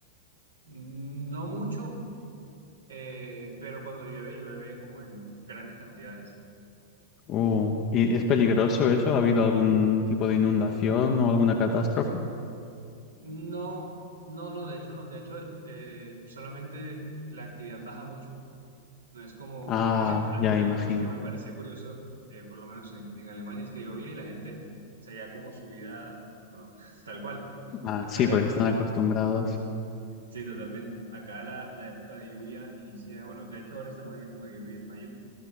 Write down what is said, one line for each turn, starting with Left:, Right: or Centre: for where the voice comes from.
Right: No mucho, eh, pero cuando llueve, llueve como en grandes cantidades.
Left: Uh, ¿y es peligroso eso? ¿Ha habido algún tipo de inundación o alguna catástrofe?
Right: No, no, no, de hecho no, de hecho eh, solamente la actividad baja mucho. No es como
Left: Ah,
Right: <laughs> a-
Left: ya
Right: algo
Left: imagino.
Right: que, me que me parecía curioso, eh, por lo menos en, en Alemania, es que llovía y la gente seguía como su vida normal, <laughs> tal cual.
Left: Ah,
Right: Acá
Left: sí,
Right: le-
Left: porque están acostumbrados.
Right: sí, totalmente. Acá la, la época de lluvia inicia, bueno, de hecho ahora estamos en época de lluvia en mayo.